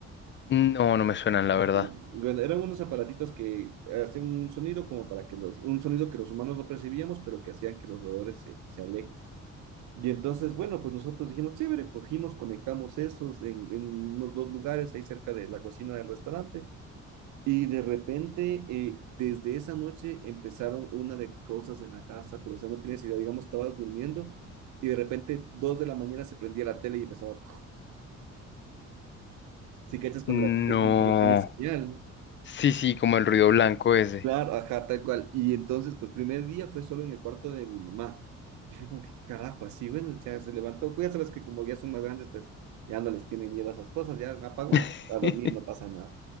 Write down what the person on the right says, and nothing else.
Ya. Bueno, eran unos aparatitos que hacían un sonido como para que los, un sonido que los humanos no percibíamos, pero que hacían que los roedores se, se alejen. Y entonces, bueno, pues nosotros dijimos, chévere, cogimos, conectamos esos en, en unos dos lugares ahí cerca de la cocina del restaurante Y de repente, eh, desde esa noche empezaron una de cosas en la casa, pero o sea, no tienes idea, digamos, estabas durmiendo y de repente, dos de la mañana se prendía la tele y empezaba, si cachas cuando
la tele es como que no tiene señal.
Claro, ajá, tal cual. Y entonces, pues, primer día fue solo en el cuarto de mi mamá. Y fue como que, ¿qué carajo, así, bueno, ya se levantó. Pues, Ya sabes que como ya son más grandes, pues, ya no les tienen miedo a esas cosas, ya apagó,
a dormir, no pasa nada.